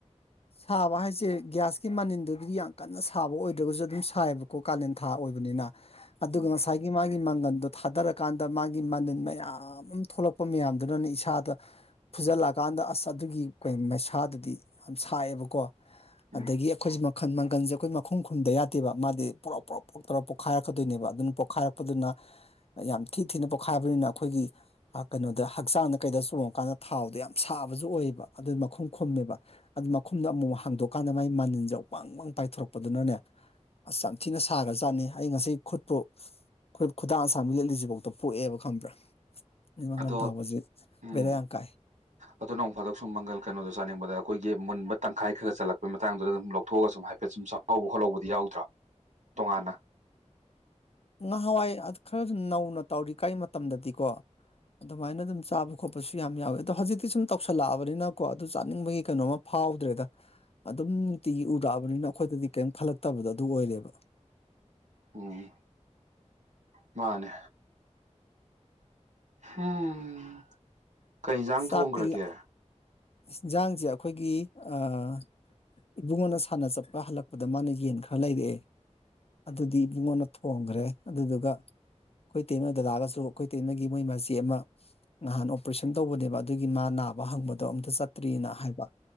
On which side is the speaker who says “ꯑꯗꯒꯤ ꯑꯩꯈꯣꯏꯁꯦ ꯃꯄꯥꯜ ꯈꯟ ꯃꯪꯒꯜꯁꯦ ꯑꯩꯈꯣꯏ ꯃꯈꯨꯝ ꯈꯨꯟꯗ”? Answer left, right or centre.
Left